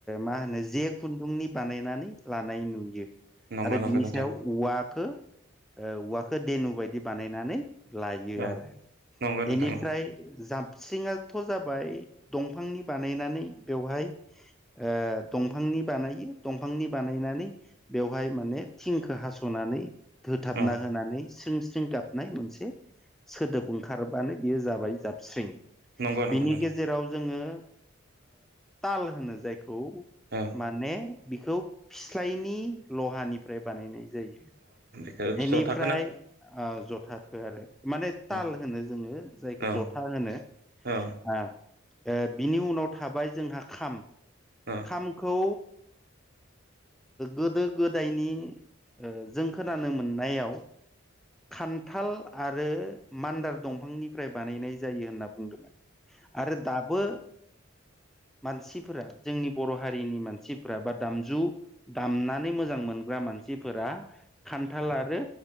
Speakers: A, in the centre; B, on the right.
A: माहोनो जे खुन्दुंनि बानायनानै लानाय नुयो आरो
B: नंगौ नंगौ
A: बिनि
B: नोंथां
A: सायाव औवखौ ओ औवाखौ देनु बायदि बानायनानै लायो
B: अ
A: आरो
B: नंगौ नोंथां
A: एनिफ्राय
B: नंगौ
A: जाम स्रिङथ' जाबाय दंफांनि बानायनानै बेवहाय ओ दंफांनि बानायो दंफांनि बानायनानै बेवहाय माने थिंखौ हास'नानै होथाबना
B: अ
A: होनानै स्रिं स्रिं गाबनाय मोनसे सोदोब ओंखारबानो बेयो जाबाय जाबस्रिं
B: नंगौ नंगौ
A: बिनि
B: नोंथां
A: गेजेराव जोङो ताल ओ होनो जाय खौ
B: ओ
A: माने बिखौ फस्लनि ल'हानि फ्राय बानायनाय जायो।
B: ओ
A: बेनिफ्राय
B: स' थाखोना
A: ओ जथाखो आरो माने ताल
B: औ
A: होनो जोङो जायखौ
B: औ
A: जथा होनो
B: औ
A: ओ ए बिनि उनाव थाबाय जोंहा खाम
B: औ
A: खामखौ गोदो गोदायनि ओ जों खोनानो मोननायाव खान्थाल आरो मान्दार दंफांनिफ्राय बानायनाय जायो होनना बुंदोंमोन। आरो दाबो
B: <inaudible>
A: मानसिफोरा जोंनि बर' हारिनि मानसिफोरा बा दामजु दामनानै मोजां मोन ग्रा मानसिफोरा खान्थाल आरो